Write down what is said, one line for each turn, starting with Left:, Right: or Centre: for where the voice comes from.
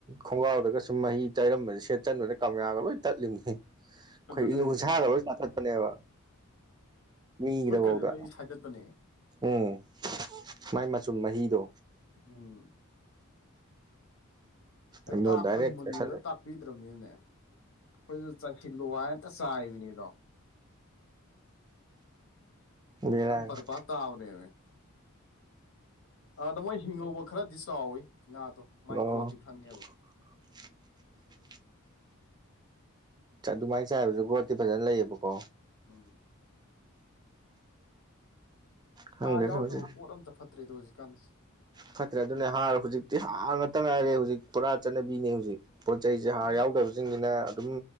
Right: ꯈꯣꯡꯒ꯭ꯔꯥꯎꯗꯒ ꯁꯨꯝ ꯃꯍꯤ ꯇꯥꯏꯔꯝꯕꯖꯦ ꯁꯦꯠꯆꯟꯕ ꯀꯝꯌꯥꯥꯒ ꯂꯣꯏ ꯇꯠꯂꯤꯝꯅꯤ ꯑꯈꯣꯏ
Left: ꯑꯗꯨꯅꯦ ꯍꯥꯏꯁꯦ
Right: ꯏ ꯎꯟꯁꯥꯒ ꯂꯣꯏ ꯆꯥꯊꯠꯄꯅꯦꯕ ꯃꯤꯒꯤꯗꯐꯧꯗ
Left: ꯈꯨꯠꯀꯖꯦ ꯂꯣꯏ ꯁꯥꯏꯗꯠꯄꯅꯦ
Right: ꯎꯝ ꯃꯥꯏ ꯃꯆꯨꯝ ꯃꯍꯤꯗꯣ
Left: ꯎꯝ ꯑꯦ
Right: ꯑꯗꯨ
Left: ꯇꯥꯛꯄꯗꯣ
Right: ꯗꯥꯏꯔꯦꯛ
Left: ꯃꯨꯜꯂ
Right: ꯇꯩꯁꯜꯂꯦ
Left: ꯇꯥꯛꯄꯤꯗ꯭ꯔꯝꯅꯤꯅꯅꯦ ꯑꯩꯈꯣꯏꯖꯨ ꯆꯥꯏꯁꯤꯜꯂꯣ ꯍꯥꯏꯅ ꯍꯦꯛꯇ ꯆꯥꯏꯕꯅꯤꯗꯣ
Right: ꯕꯦꯔꯥꯅꯦ
Left: ꯕꯔꯕꯥꯔ
Right: <inaudible>
Left: ꯇꯥꯕꯅꯦꯃꯤ ꯑꯥ ꯑꯗꯣ ꯃꯣꯏ ꯍꯤꯡꯍꯧꯕ ꯈꯔꯗꯤ ꯆꯥꯎꯋꯤ ꯉꯥꯗꯣ ꯃꯥꯏ
Right: ꯑꯣ
Left: ꯒ꯭ꯔꯣꯠꯇꯤ ꯈꯪꯉꯦꯕ
Right: <inaudible> ꯑꯗꯨꯃꯥꯏꯅ ꯆꯥꯏꯕꯖꯨ ꯒ꯭ꯔꯣꯠꯇꯤ ꯐꯥꯖꯅ ꯂꯩꯌꯦꯕꯀꯣ
Left: ꯎꯝ
Right: ꯈꯪꯗꯦꯗ
Left: ꯍꯥꯔ ꯌꯥꯎꯗꯕ
Right: ꯍꯧꯖꯤꯛ
Left: ꯄꯣꯠ ꯑꯝꯇ ꯐꯠꯇ꯭ꯔꯦꯗꯣ ꯍꯧꯖꯤꯛꯀꯥꯟꯖꯦ
Right: ꯐꯠꯇ꯭ꯔꯦ ꯑꯗꯨꯅꯦ ꯍꯥꯔ ꯍꯧꯖꯤꯛꯇꯤ ꯍꯥꯥꯔ ꯉꯥꯛꯇ ꯉꯥꯏꯔꯦ ꯍꯧꯖꯤꯛ ꯄꯨꯔꯥ ꯆꯠꯅꯕꯤꯅꯦ ꯍꯧꯖꯤꯛ ꯄꯣꯠ ꯆꯩꯖꯦ ꯍꯥꯔ
Left: ꯎꯝ
Right: ꯌꯥꯎꯗꯕꯖꯤꯡꯖꯤꯅ ꯑꯗꯨꯝ